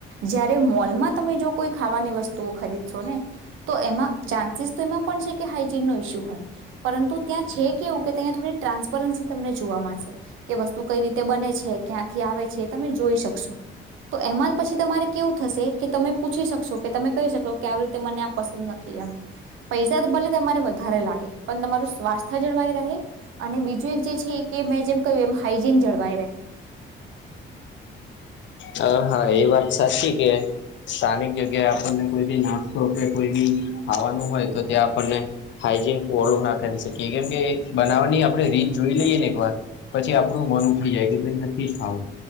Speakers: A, on the right; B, on the left.
A: જયારે મોલમાં તમે જો કોઈ ખાવાની વસ્તુઓ ખરીદશોને તો એમાં ચાન્સીસ તો એમાં પણ છે કે હાઈજીનનો ઈસ્યુ હોય. પરંતુ ત્યાં છે કેવું કે ત્યાં થોડી ટ્રાન્સપરન્સી તમને જોવા મળશે. તે વસ્તુ કઈ રીતે બને છે? ક્યાંથી આવે છે? એ તમે જોઈ શકશો તો એમાં- પછી તમારે કેવું થશે કે તમે પૂછી શકશો કે તમે કહી શકશો કે આવી રીતે મને આ પસંદ નથી એમ. પૈસા તો ભલે તમારે વધારે લાગે પણ તમારું સ્વાસ્થ્ય જળવાય રહે. અને બીજું એક જે છે કે મેં જેમ કહ્યું એમ હાઈજીન જળવાઈ રહે.
B: હા હા એ વાત સાચી કે સ્થાનિક જગ્યાએ આપણને કોઈ બી નાસ્તો કે કોઈ બી ખાવાનું હોય તો ત્યાં આપણને હાઈજીન ફોલો ના કરી શકીએ કેમ કે બનાવવાની આપણે રીત જોઈ લઈએને એકવાર પછી આપણું મન ઉઠી જાય કે ‌ભ‌ઈ નથી ખાવું